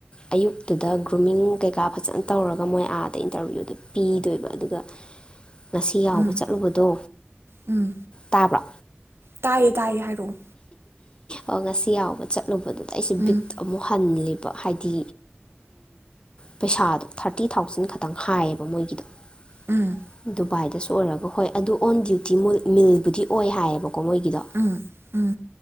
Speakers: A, on the left (about 25°); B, on the right (about 75°).
A: ꯑꯌꯨꯛꯇꯨꯗ ꯒ꯭ꯔꯨꯃꯤꯡ ꯀꯩꯀꯥ ꯐꯖꯅ ꯇꯧꯔꯒ ꯃꯣꯏ ꯑꯥꯗ ꯏꯟꯇꯔꯚ꯭ꯌꯨꯗꯨ ꯄꯤꯗꯣꯏꯕ ꯑꯗꯨꯒ ꯉꯁꯤ ꯌꯥꯎꯕ
B: ꯎꯝ
A: ꯆꯠꯂꯨꯕꯗꯣ
B: ꯎꯝ
A: ꯇꯥꯕ꯭ꯔꯥ
B: ꯇꯥꯏꯌꯦ ꯇꯥꯏꯌꯦ ꯍꯥꯏꯔꯛꯑꯣ
A: ꯑꯣ ꯉꯁꯤ ꯌꯥꯎꯕ ꯆꯠꯂꯨꯕꯗꯨꯗ ꯑꯩꯁꯦ
B: ꯎꯝ
A: ꯕꯤꯠ ꯑꯃꯨꯛ ꯍꯟꯂꯦꯕ ꯍꯥꯏꯗꯤ ꯄꯩꯁꯥꯗꯣ ꯊꯥꯔꯇꯤ ꯊꯥꯎꯖꯟ ꯈꯇꯪ ꯍꯥꯏꯌꯦꯕ ꯃꯣꯏꯒꯤꯗꯣ
B: ꯎꯝ
A: <inaudible> ꯎꯕꯥꯥꯏꯗꯁꯨ ꯑꯣꯏꯔꯔꯕꯣ ꯍꯣꯏ ꯑꯗꯨꯗ ꯑꯣꯟ ꯗ꯭ꯌꯨꯇꯤ ꯃꯤꯜꯕꯨꯗꯤ ꯑꯣꯏ ꯍꯥꯏꯌꯦꯕꯣ ꯀꯃꯣꯏꯒꯤꯗ
B: ꯎꯝ ꯎꯝ